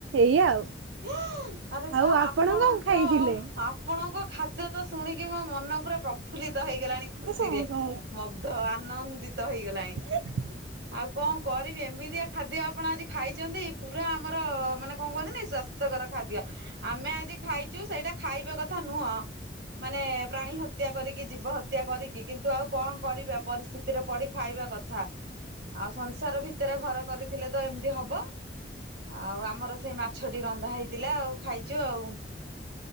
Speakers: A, on the right; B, on the right.
A: ଏଇଆ ଆଉ।
B: ୱା ଆରେ
A: ଆଉ
B: ବାଃ
A: ଆପଣ
B: ଆପଣଙ୍କ
A: କଣ ଖାଇଥିଲେ?
B: ଆପ ଆପଣଙ୍କ ଖାଦ୍ୟ ତ ଶୁଣିକି ମୋ ମନ ପୁରା ପ୍ରଫୁଲ୍ଲିତ ହେଇଗଲାଣି
A: ତମେ
B: ଖୁସିରେ।
A: ସଁ ସଁ
B: ତ ଆନନ୍ଦିତ ହେଇଗଲାଣି।
A: ହ <inaudible>
B: ଆଉ କଣ କରିବି ଏମିତିଆ ଖାଦ୍ୟ ଆପଣ ଆଜି ଖାଇଛନ୍ତି ପୁରା ଆମର ମାନେ କଣ କୁହନ୍ତିନି ସ୍ୱାସ୍ଥ୍ୟ ପ୍ରତ୍ୟକର ଖାଦ୍ୟ ଆମେ ଆଜି ଖାଇଛୁ ସେଇଟା ଖାଇବା କଥା ନୁହଁ ମାନେ ପ୍ରାଣୀ ହତ୍ୟା କରିକି ଜୀବ ହତ୍ୟା କରିକି କିନ୍ତୁ ଆଉ କଣ କରିବା ପରିସ୍ଥିତିରେ ପଡି ଖାଇବା କଥା। ଆଉ ସଂସାର ଭିତରେ ଘର କରିଥିଲେ ତ ଏମିତି ହବ। ଆଉ ଆମର ସେଇ ମାଛଟି ରନ୍ଧା ହେଇଥିଲା ଆଉ ଖାଇଛୁ ଆଉ।